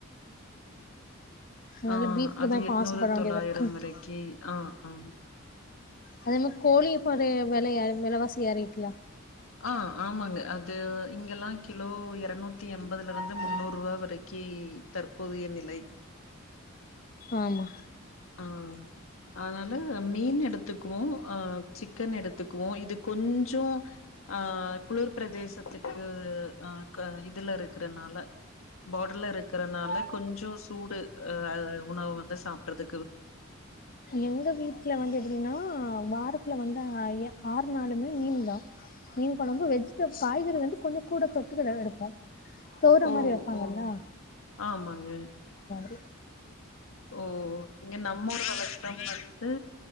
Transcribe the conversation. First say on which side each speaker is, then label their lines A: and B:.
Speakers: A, on the left; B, on the left.
A: அதனால்
B: ஆ
A: பீஃபுக்கு
B: அது
A: தான் இப்போ
B: எட்நூறு
A: ஆசைப்பட வேண்டியதாக
B: தொள்ளாயிரம்
A: இருக்குது
B: வரைக்கி ஆ அம்
A: அதேமா கோளி ப்போ அதே வெலைய வெலவாசி ஏறீர்க்குல
B: ஆ ஆமாங்க அது இங்கெல்லா கிலோ எரநூத்தி எம்பதுலருந்து முன்னூறுவா வரைக்கி தற்போதைய நிலை
A: ஆமா
B: ஆ அதனால மீன் எடுத்துக்குவோ ஆ சிக்கன் எடுத்துக்குவோ இது கொஞ்சொ அ குளிர் ப்ரதேசத்துக்கு அ க இதுல இருக்கறனால பா டர்ல இருக்கறனால கொஞ்சொ சூடு அ உணவு வந்து சாப்றது
A: எங்க வீட்ல வந்து எப்டினா வார த்துல வந்து ஆ ஏ ஆறு நாளுமே மீன்தா மீன் கொழம்பு வெஜிடப் காய்கறி வந்து கொஞ்ச கூட தொட்டுக்கதா எடுப்போ தோற
B: ஓ
A: மாரி வெப்பாங்கல்ல
B: ஓ ஆமாங்க
A: ரி
B: ஓ இங்க நம்மூர் வழக்கம் வந்து